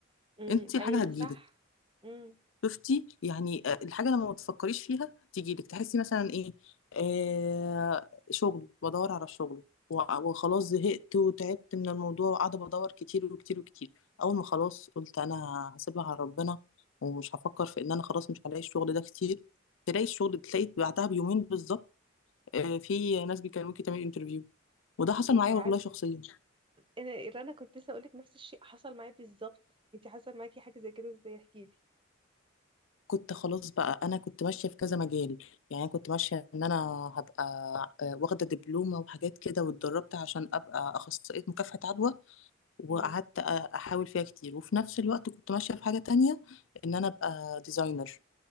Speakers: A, on the right; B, on the left.
A: امم
B: انسي
A: ايوه
B: الحاجة هتجيلك
A: صح امم
B: شفتي يعني آه، الحاجه لما ما تفكريش فيها تيجي لك تحسي مثلا ايه آه شغل بدور على شغل و- وخلاص زهقت وتعبت من الموضوع وقاعده بدور كتير وكتير وكتير اول ما خلاص قلت انا هسيبها على ربنا ومش هفكر في ان انا خلاص مش هلاقي الشغل ده كتير تلاقي الشغل تلاقي بعدها بيومين بالظبط آه في ناس بيكلموكي تعملي انترفيو وده حصل
A: انتي
B: معايا
A: عارفه
B: والله شخصيا
A: انا انا كنت لسه اقولك نفس الشيء حصل معايا بالظبط انتي حصل معاكي حاجه زي كده ازاي احكي لي
B: كنت خلاص بقى انا كنت ماشيه في كذا مجال يعني أنا كنت ماشيه ان انا هبقى آه، واخده دبلومه وحاجات كده واتدربت عشان ابقى اخصائيه مكافحه عدوى وقعدت
A: امم
B: أ- احاول فيها كتير وفي نفس الوقت كنت ماشيه في حاجه تانية ان انا ابقى ديزاينر